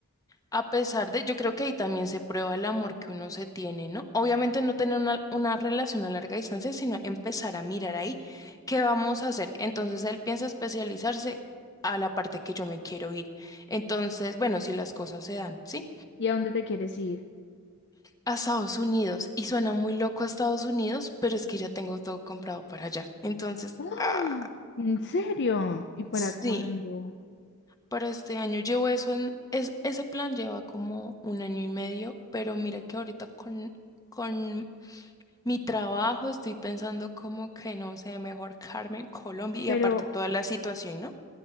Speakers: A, on the left; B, on the left.
A: A pesar de, yo creo que ahí también se prueba el amor que uno se tiene, ¿no? Obviamente no tener una, una relación a larga distancia, sino empezar a mirar ahí qué vamos a hacer. Entonces él piensa especializarse a la parte que yo me quiero ir. Entonces, bueno, si las cosas se dan, ¿sí?
B: ¿Y a dónde te quieres ir?
A: A Estados Unidos. Y suena muy loco a Estados Unidos, pero es que ya tengo todo comprado para allá. Entonces,
B: ¡Ah!
A: ah,
B: ¿En serio? ¿Y para
A: sí.
B: cuándo?
A: Para este año llevo eso en, es, ese plan lleva como un año y medio, pero mira que ahorita con, con Mi trabajo, estoy pensando como que, no sé, mejor Carmen, Colombia y
B: Pero,
A: aparte toda la situación, ¿no?